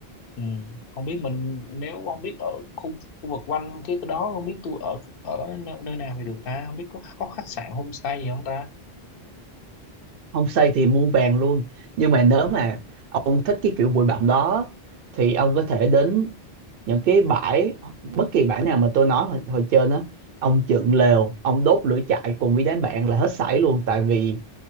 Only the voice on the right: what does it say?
không xây thì mua vàng luôn nhưng mà nếu mà ông thích cái kiểu bụi bặm đó thì ông có thể đến những cái bãi bất kỳ bãi nào mà tôi nói hồi, hồi trên á ông dựng lều ông đốt lửa trại cùng với đám bạn là hết sảy luôn tại vì